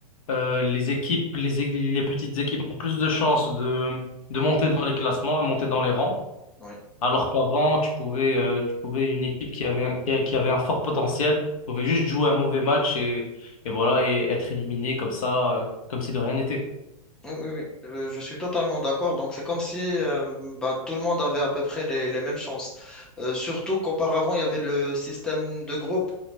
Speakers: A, on the left; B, in the centre.
A: euh, les équipes, les, é- les petites équipes ont plus de chances de, de monter dans les classements et monter dans les rangs.
B: oui,
A: Alors qu'avant, tu pouvais, euh, tu pouvais une équipe qui avait, un- qui a- qui avait un fort potentiel, pouvait juste jouer un mauvais match et, et voilà, et être éliminé comme ça, euh, comme si de rien n'était.
B: oui, oui, oui. Euh, Je, suis totalement d'accord. Donc, c'est comme si euh, bah, tout le monde avait à peu près les, les mêmes chances. Euh, surtout qu'auparavant, il y avait le système de groupe.